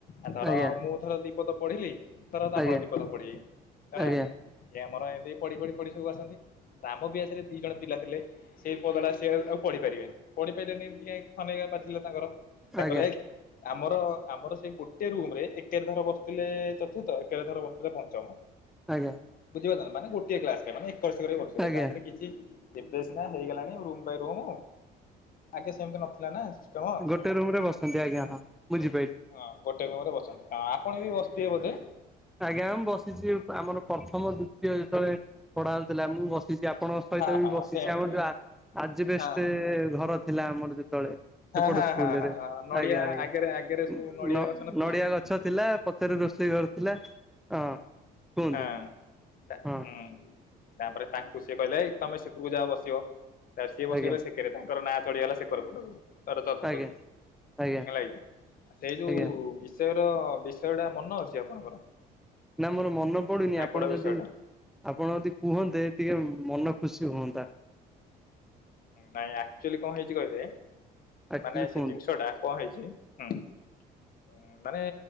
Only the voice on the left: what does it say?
ଆଥର
ମୁଁ ଧର ଦିପଦ ପଢ଼ିଲି। ଧର ଆପଣ
ଦିପଦ ପଢିଇ ତାରା
ସିଏ ଆମର ଏମତି ପଢି଼-ପଢି଼-ପଢି଼ ସବୁ ଆସନ୍ତି। ଆମ ବ୍ୟାଚରେ ଦିଇ ଜଣ ପିଲା ଥିଲେ। ସେଇ ପଦାଟା ସିଏ ଆଉ ପଢ଼ି ପାରିବେନି ପଢ଼ି ପାଇଲେନି। ଏମତି ଖନେଇ କା ପାଚିଲା ତାଙ୍କର ତାକୁ
ଏଇକ୍ ଆମର ଆମର ସେଇ ଗୋଟେ ରୁମରେ ଏକ୍ ତିଆର୍ ର ବସିଥିଲେ ଚତୁର୍ଥ ଏକାଥର ବସିଥିଲେ ପଞ୍ଚମ।
ବୁଝିପାରୁଚ ନା? ମାନେ ଗୋଟିଏ କ୍ଲାସରେ ମାନେ ଏକର ସେକର ବସିଥିଲେ
ତା ଦିହରେ କିଛି। ଏବେ ସିନା ହେଇଗଲାଣି, ରୁମ୍ ବାଇ ରୁମ୍ ଆଗେ ସେମତି ନଥିଲା ନା। ସିଷ୍ଟମ।
ହଁ ଗୋଟେ ରୁମ୍ ରେ ବସନ୍ତି। ହଁ ଆପଣ ବି ବସିିଥିବେ ବୋଧେ।
ହଁ
ହଁ
ସେମତି
ହଁ
ହଁ
ହଁ
ହଁ ହଁ
ନଡିଆ
ଆଗରେ ଆଗରେ ସବୁ ନଡିଆ
ଗଛ ନଥିଲା
ହଁ ତା
ହୁଁ। ତାପରେ ତାଙ୍କୁ ସିଏ କହିଲେ ହେଇ ତମେ ସେଖକୁ ଯାଅ ବସିବ ତ ସିଏ ବସିଗଲେ
ସେକେରେ। ତାଙ୍କର ନାଁ ଚଢିଗଲା ସେକର ପଟକୁ। ତର ଚଥ
ତକୁ
ହେଲାକି ସେଇ ଯଉ
ସେର ବିଷୟ ଟା ମନେ ଅଛି ଆପଣଙ୍କର?
ମାଙ୍କଡ
ବିଷୟ ଟା
ନାଇ ଆକ୍ଚୁଲି କଣ ହେଇଛି କହିଲେ
ମାନେ
ସେ ଜିନ୍ଷ ଟା କଣ ହେଇଛି ହୁଁ। ହୁଁ ମାନେ